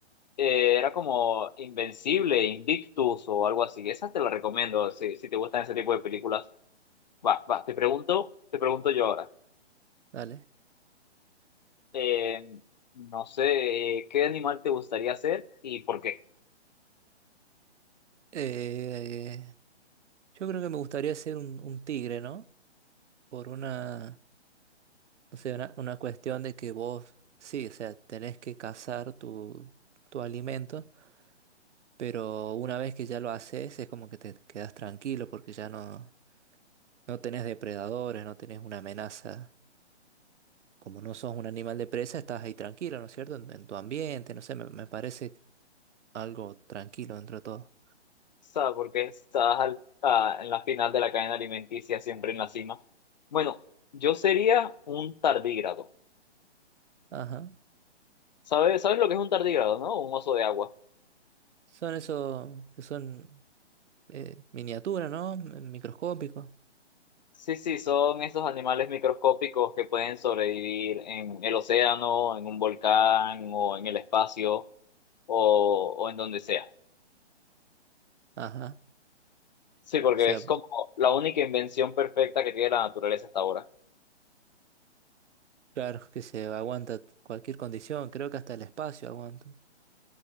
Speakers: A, on the left; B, on the right.
A: eh, era como Invencible, Invictus o algo así. Esas te las recomiendo si, si te gustan ese tipo de películas. Va, va, te pregunto, te pregunto yo ahora.
B: dale.
A: Eh, no sé, eh, ¿qué animal te gustaría ser y por qué?
B: Eh, yo creo que me gustaría ser un un tigre, ¿no? por una, no sé, una, una cuestión de que vos, sí, o sea, tenés que cazar tu, tu alimento, pero una vez que ya lo haces es como que te quedas tranquilo porque ya no, no tenés depredadores, no tenés una amenaza. Como no sos un animal de presa, estás ahí tranquilo, ¿no es cierto? En, en tu ambiente, no sé, me, me parece algo tranquilo dentro de todo.
A: ¿Sabes por qué estás al- ah, en la final de la cadena alimenticia, siempre en la cima? Bueno, yo sería un tardígrado.
B: Ajá.
A: ¿Sabes, sabes lo que es un tardígrado, no? Un oso de agua.
B: Son esos que son eh, miniaturas, ¿no? M- Microscópicos.
A: Sí, sí, son esos animales microscópicos que pueden sobrevivir en el océano, en un volcán o en el espacio o, o en donde sea.
B: Ajá.
A: Sí, porque
B: O sea,
A: es como la única invención perfecta que tiene la naturaleza hasta ahora.
B: Claro, que se aguanta cualquier condición, creo que hasta el espacio aguanta.